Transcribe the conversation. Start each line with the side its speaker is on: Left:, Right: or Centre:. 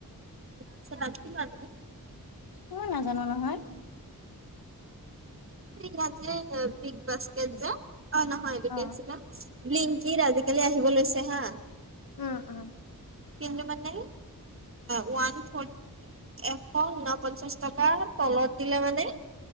Right: আছে দাম কিমান অ',
Left: মই নাজানোঁ নহয়।
Right: ইয়াত যে বিগ বাস্কেট যে অ', নহয় এইটো
Left: অ
Right: কি আছিলে লিংকিৰ আজিকালি আহিব লৈছে হা।
Left: উম', উম'।
Right: কিন্তু মানে, ওৱান ফৰ এশ ঊনপঞ্চাশ টকা তলত দিলে মানে,